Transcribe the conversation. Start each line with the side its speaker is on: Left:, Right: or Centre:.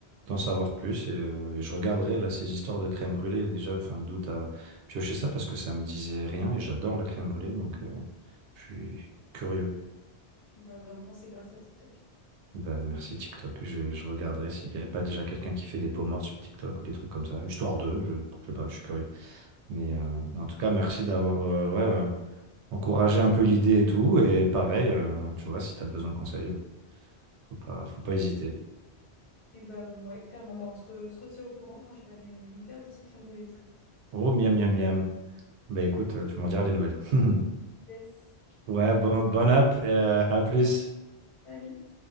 Right: d'en savoir plus et, euh, et je regarderai là ces histoires de crème brûlée déjà. Enfin, d'où t'as pioché ça parce que ça me disait rien et j'adore la crème brûlée donc euh, je suis curieux.
Left: Bah vraiment, c'est grâce à TikTok.
Right: Ben, merci TikTok. Je, je regarderai s'il n'y avait pas déjà quelqu'un qui fait des peaux mortes sur TikTok ou des trucs comme ça, histoire de, je, je sais pas, je suis curieux. Mais euh, en tout cas, merci d'avoir euh, ouais, euh, encouragé un peu l'idée et tout. Et pareil, euh, tu vois, si tu as besoin de conseils, euh, faut pas, faut pas hésiter.
Left: Et bah ouais, clairement, bah on se, re- se retient au courant. Moi, je vais aller me faire des petites crèmes brûlées, tiens.
Right: Oh, miam, miam, miam. Ben écoute, euh, tu m'en diras des nouvelles. <laughs>
Left: Yes.
Right: Ouais,
Left: On va
Right: bon,
Left: aller.
Right: bon app, et, euh, à plus.
Left: Salut.